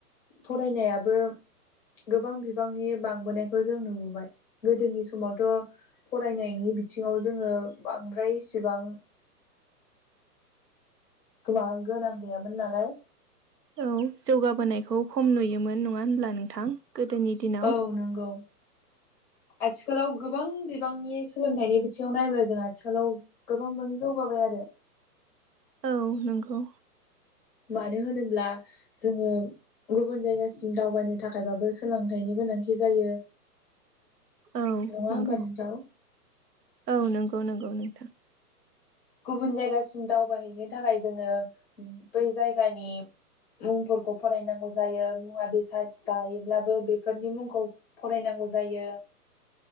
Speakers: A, in the centre; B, on the right.
A: फरायनायाबो गोबां बिबांनि बांबोनायखौ जों नुबोबाय। गोदोनि समावथ' फरायनायनि बिथिङाव जोङो बांद्राय इसिबां गोबां गोनां गैयामोन नालाय।
B: औ जौगाबोनायखौ खम नुयोमोन नङा होनब्ला नोंथां? गोदोनि दिनाव
A: औ नंगौ आथिखालाव गोबां बिबांनि सोलोंथाइनि बिथिङाव नायब्ला जों आथिखालाव गोबांबो जौगाबाय आरो।
B: औ नंगौ
A: मानो होनोब्ला जोङो गुबुन जायगासिम दावबायनो थाखायबाबो सोलोंथाइनि गोनांथि जायो।
B: औ
A: नङा
B: नंगौ
A: होमबा नोंथां
B: औ नंगौ। गौ नोंगौ नोंथां
A: गुबुन जायगासिम दावबायहैनो थाखाय जोङो बै जायगानि मुंफोरखौ फरायनांगौ जायो मुवा बेसाद जायोब्लाबो बेफोरनि मुंखौ फरायनांगौ जायो।